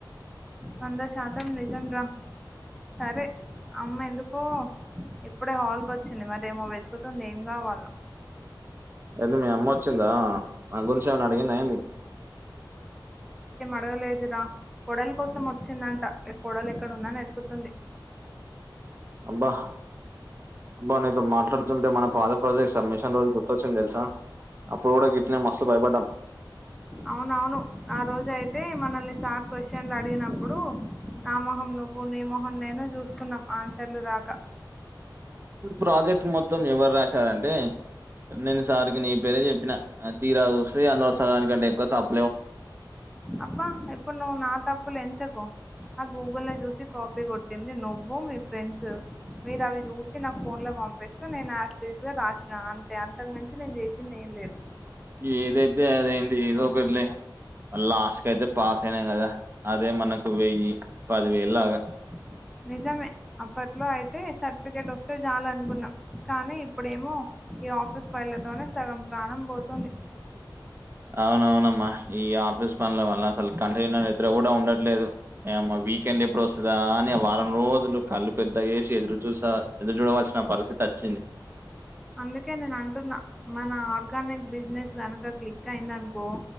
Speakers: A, in the centre; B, on the right.
A: వంద శాతం నిజం రా సరే అమ్మ ఎందుకో ఇప్పుడే హాల్ కొచ్చింది మరేమో వెతుకుతుంది ఏం గావాల్నో
B: అయితే మీ అమ్మొచ్చిందా ఆగుంచి ఏమన్న అడిగింద ఏంది
A: అడగడలేదు రా కొడల్ కోసమొచ్చిందంట ఎ కొడల్ ఎక్కడుందా అని ఎతుకుతుంది
B: అబ్బా అబ్బా నీతో మాట్లాడు తుంటే మన పాద ప్రదేశం మిషన్ రోజు గుర్తొచ్చిందె లుసా అప్పుడు గూడా గిట్ననే మస్తు భయపడ్డం
A: అవునవును ఆ రోజైతే మనల్ని సార్ క్వషండ్లు అడిగినప్పుడు నామోహం ను నువ్వు నీ మొహం నేను జూసుకున్నాం ఆన్సర్లు రాక
B: ప్రాజెక్ట్ మొత్తం ఎవర్రాశారంటే నేను సార్కి నీ పేరే జెప్పిన ఆ తీరా వూస్తే అందులో సగానికంటే ఎక్కువ తప్ప్
A: అబ్బా ఎప్పుడు నువ్వు నా తప్పులేంచకు ఆ గూగుల్ లో జూసి కాపీ కొట్టింది నువ్వు మీ ఫ్రెండ్సు మీరు అవి జూసి నాకు ఫోన్ లో బం పిస్తే నేను యాస్టీజ్ గా రాసినా అంతే అంతకుమించి నేను జేసింది ఏం లేదు
B: ఏదైతే అదైంది ఏదో ఒకట్లే ఆలాస్ట్ కైతే పాస్ అయినాం గదా అదే మనకు వెయ్యి పదివేల్లాగ
A: ఆ నిజమే అప్పట్లో అయితే సర్టిఫికెటొస్తే చాలనుకున్నాం కానీ ఇప్పుడేమో ఈ ఆఫీస్ ఫైల్లతోనే సగం ప్రాణం బోతుంది
B: అవునవునమ్మా ఈ ఆఫీస్ పండ్ల వల్ల అసల్ కంటి నిండని గూడా ఉండట్లేదు ఇయమ్మ వీకెండ్ ఎప్పుడొస్తదా అని వారం రోజులు కళ్ళు పెద్ద ఏసి ఎదురు చూసా ఎదురు జూడవలసిన పరిస్థితచ్చింది
A: అందుకే నేనంటున్నా మన ఆర్గానిక్ బిజినెస్ గనుక క్లిక్కైందనుకో